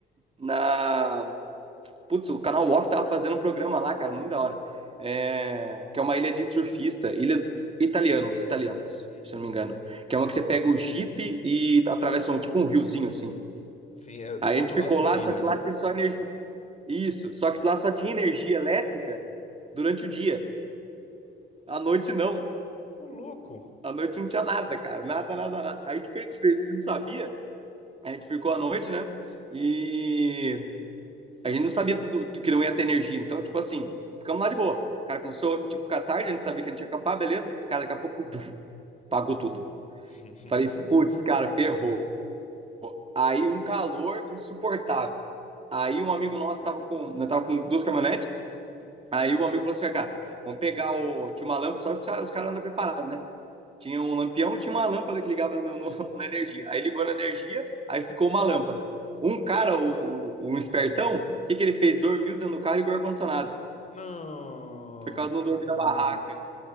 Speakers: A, on the right; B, on the left.
A: na Putz, o canal Off tava fazendo um programa lá, cara, muito da hora. É, que é uma ilha de surfista, ilha dos italianos, italianos,
B: uhum.
A: se eu não me engano. Que é uma que você pega o Jeep e atravessa um, tipo um riozinho assim.
B: Sim, é do
A: Aí
B: outro
A: a gente ficou
B: lado da
A: lá,
B: ilha,
A: só que
B: né?
A: lá tinha só energia. Isso, só que lá só tinha energia elétrica durante o dia. À noite não.
B: Ô, louco.
A: À noite não tinha nada, cara. Nada, nada, nada. Aí o que, que a gente fez? A gente não sabia. A gente ficou à noite, né? E A gente não sabia do, do, do que não ia ter energia. Então, tipo assim, ficamos lá de boa. Cara, começou, tipo, ficar tarde, a gente sabia que a gente ia acampar, beleza. Cara, daqui a pouco, buf, pagou tudo.
B: <laughs>
A: Falei, putz, cara, ferrou. Aí um calor insuportável. Aí um amigo nosso tava com, né, tava com duas caminhonetes. Aí o amigo falou assim, cara, vamos pegar o... Tinha uma lâmpada, só que os caras andam preparados, né? Tinha um lampião e tinha uma lâmpada que ligava né, no, no, na energia. Aí ligou na energia, aí ficou uma lâmpada. Um cara, o, o um espertão, o que, que ele fez? Dormiu dentro do carro e ligou o ar-condicionado.
B: Nossa,
A: Por causa de não dormir
B: não.
A: na barraca.